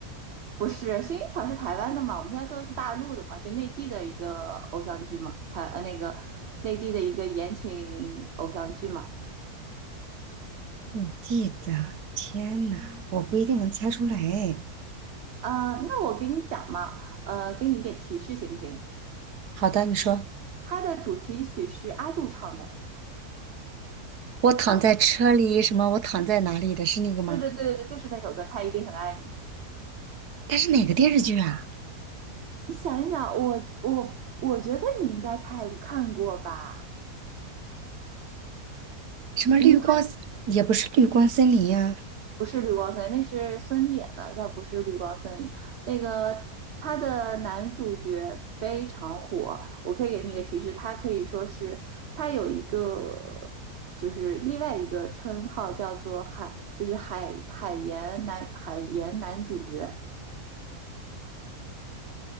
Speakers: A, on the right; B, on the right.
A: 不是，薰衣草是台湾的嘛？我们现在说的是大陆的嘛，就内地的一个偶像剧嘛，台呃那个内地的一个言情偶像剧嘛。
B: 我记得，天呐，我不一定能猜出来哎
A: 呃，那我给你讲嘛，呃，给你一点提示行不行？
B: 好的，你说，
A: 它的主题曲是阿杜唱的。
B: 我躺在车里，什么？我躺在哪里的是那个吗？
A: 对对对对，就是那首歌《他一定很爱你》。
B: 但是哪个电视剧啊？
A: 你想一想，我我我觉得你应该看看过吧？
B: 什么绿光，
A: 嗯，
B: 也不是绿光森林呀、
A: 不是绿光森林，那是孙俪演的，倒不是绿光森林。那个他的男主角非常火，我可以给你一个提示，他可以说是他有一个就是另外一个称号叫做海，就是海海盐男海盐男主角。